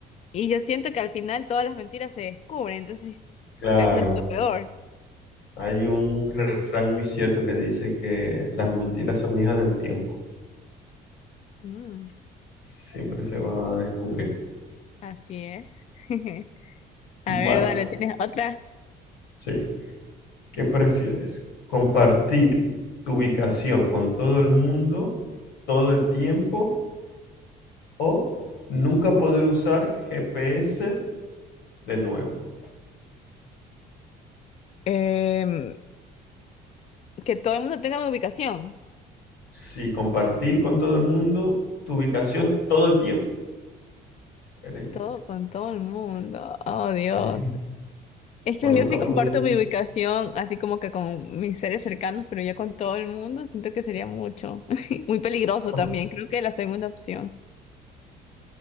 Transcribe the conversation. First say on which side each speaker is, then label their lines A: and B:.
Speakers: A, on the left; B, on the left.
A: Y yo siento que al final todas las mentiras se descubren, entonces
B: claro.
A: termina siendo peor.
B: Hay un refrán muy cierto que dice que las mentiras son hijas del tiempo.
A: Mm,
B: Siempre se va a descubrir.
A: así es. <laughs>
B: Vale,
A: A ver, dale, ¿tienes otra?
B: sí. ¿Qué prefieres? ¿Compartir tu ubicación con todo el mundo todo el tiempo o nunca poder usar GPS de nuevo?
A: Em, que todo el mundo tenga mi ubicación.
B: Sí, compartir con todo el mundo tu ubicación todo el tiempo. ¿vale?
A: Todo con todo el mundo. Oh, Dios.
B: Sí.
A: Es
B: O
A: que
B: nunca
A: yo sí
B: poder,
A: comparto
B: us-
A: mi ubicación, así como que con mis seres cercanos, pero ya con todo el mundo siento que sería mucho. <laughs> Muy peligroso
B: us-
A: también. Creo que la segunda opción.